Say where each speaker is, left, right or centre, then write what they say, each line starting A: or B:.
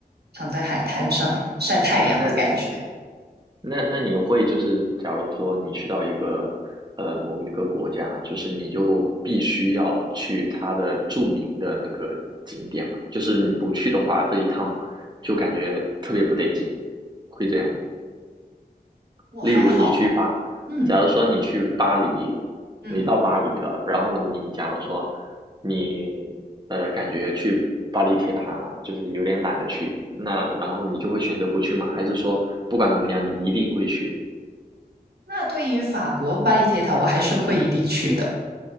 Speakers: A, on the right; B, on the right.
A: 躺在海滩上晒太阳的感觉。
B: 那那那你会就是，假如说你去到一个呃某一个国家，就是你就必须要去它的著名的那个景点嘛，就是你不去的话，这一趟就感觉特别不得劲，会这样吗？
A: 我还好，
B: 例如你去巴，
A: 嗯
B: 假如说你去巴黎，
A: 嗯。
B: 你到巴黎了，然后你假如说你呃感觉去巴黎铁塔就是有点懒得去，那然后你就会选择不去吗？还是说不管怎么样，你一定会去？
A: 那对于法国巴黎铁塔，我还是会一定去的。